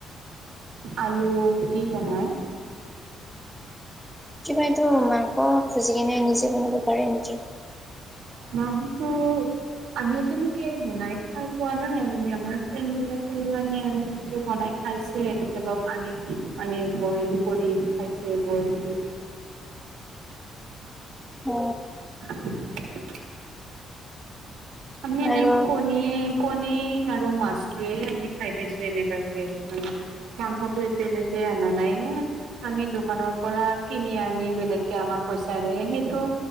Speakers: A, on the right; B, in the centre.
A: আলু দি বনাই
B: কিবা এইটো মাংস খুজি কেনে নিজে বনাব পাৰে নেকি?
A: মাংখটো আমি এজালকে বনাই খাই পোৱা নাই মানে আমাৰ ফ্ৰেডানে বনাই খাইছে কেতিয়াবা আনি মানে বইল কৰি খাইছে বইল <inaudible>
B: অ,
A: <inaudible> আমি এনে
B: আৰু
A: কণীয়ে কণ আৰু মাছটোৱে আমি খাই পাইছো এনেুৱাকে মানে। মাংসটো এতিয়ালৈকে আনা নাই নে। আমি দোকানৰ পৰা কিনি আনি বেলেগকে আমাৰ পইচা দিয় সেইটো